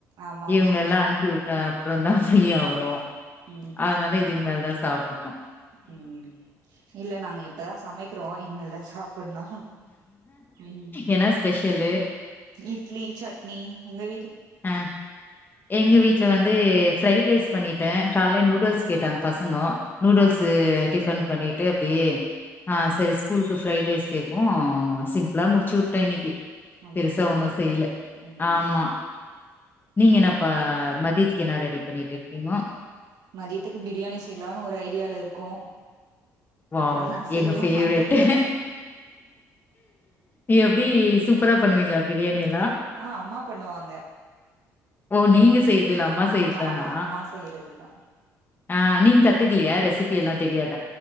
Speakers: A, on the right; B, on the left.
A: ஆமா
B: இவுங்ளெல்லா
A: ஆமா
B: அனுப்பி வுட்டா அப்றொந்தா ஃப்ரீயாவ ரோ
A: ம்
B: அதுனால இதுக்கு மேல் தா சாப்புன்னு
A: ம் இல்ல நாங்க இப்பதா சமைக்கிறோ இனிமேல் தா சாப் புன்னு ம்
B: என்ன ஸ்பெஷலு
A: இட்லி சட்னி உங்க வீட்ல
B: அ எங்க வீட்ல வந்து ஃப்ரைட் ரைஸ் பண்ணி ட்டே கால்லயெ நூடுல்ஸ்
A: ம்
B: கேட்டாங் பசங்கோ நூடுல்ஸு
A: ஆ
B: டிஃபன் பண்ணிட்டு அ ப்டியே ஆ
A: ம்
B: செரி ஸ்கூலுக்கு ஃப்ரை ரேஸ் கேக்வு சிம்ப்ளா முடுச்சு உ ட்டே இன்னக்கி
A: அப்டிங்களா
B: பெருசா ஒன்னு செய்ல
A: ம்
B: ஆமா நீங்க என்னப்பா அ மதியத்துக்கு என்னா ரெடி பண்ணிட்டு இருக்கீங்கோ
A: மதியத்துக்கு பிரியாணி செய்லானு ஒரு ஐடியால இருக்கோ
B: வாவ்
A: ஆனா செய்வோமான்
B: எங்க பேவரெட்
A: தெர்ல
B: எப்டி சூப்பரா பண்ணுவீங்ளா பிரியாணிய
A: ஆ அம்மா பண்ணுவாங்க
B: ஓ நீங்க செய்றது இல்ல அம்மா செய்றது
A: ஆமா
B: தானா
A: ஆமா அம்மா செய்றதுதா
B: ஆ நீங் கத்துக்கலயா ரெசிபி எல்லா தெரியாது